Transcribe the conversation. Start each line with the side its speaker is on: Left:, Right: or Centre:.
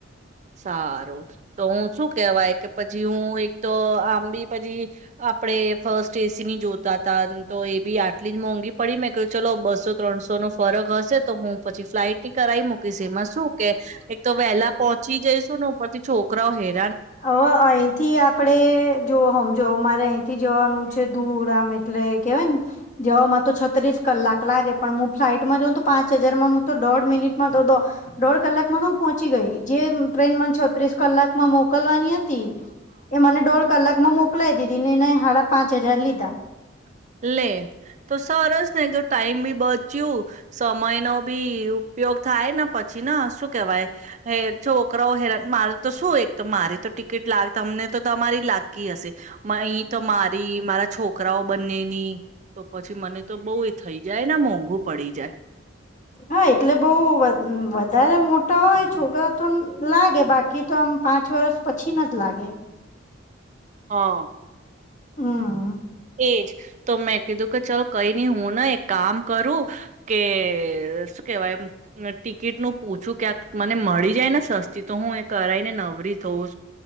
Right: <unintelligible> <unintelligible> <unintelligible> <unintelligible> ਛੋਕਰਾ ਸੇ
Left: <unintelligible> <unintelligible> <unintelligible> <unintelligible> <unintelligible> <unintelligible> <unintelligible>
Right: <unintelligible> <unintelligible> <unintelligible> <unintelligible> <unintelligible> <unintelligible>
Left: <unintelligible>
Right: <unintelligible>
Left: ਹਮਮ
Right: <unintelligible> <unintelligible> <unintelligible> ਟਿਕੀਟ ਨੂੰ ਪੂਛੂ ਕਿਆਕ ਮਨ ਮੀ ਜਾਏ ਨਾ ਸਸਤੀ ਤੋਂ ਹੁ ਇਹ ਕਰਾਈ ਨਵਰੀ ਹੋਊ